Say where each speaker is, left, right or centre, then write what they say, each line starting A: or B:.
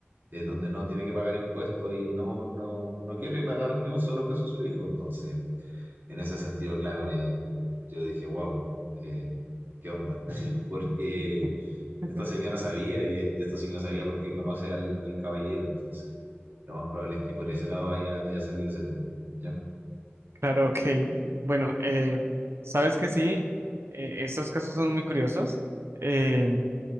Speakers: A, on the right (about 50°); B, on the right (about 70°).
A: eh, donde no tiene que pagar impuestos y no, no, no quiere pagar ni un solo peso a su hijo, entonces en ese sentido, claro, eh, yo dije, wow, eh, ¿qué onda? <laughs> Porque
B: <laughs> <laughs>
A: esta señora sabía y, y esta señora sabía porque conoce al, al caballero, entonces lo más probable es que por ese lado haya, haya salido ese tema. ¿ya?
B: Claro, ok. Bueno, eh, sabes que sí, eh, estos casos son muy curiosos. eh,